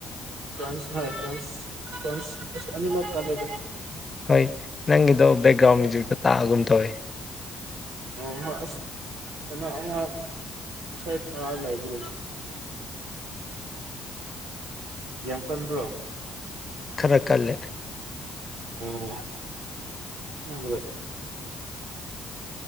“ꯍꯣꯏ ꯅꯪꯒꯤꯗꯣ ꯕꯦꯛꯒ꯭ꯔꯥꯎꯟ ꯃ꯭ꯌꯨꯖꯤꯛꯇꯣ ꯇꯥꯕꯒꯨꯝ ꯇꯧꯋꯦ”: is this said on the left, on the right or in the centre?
Left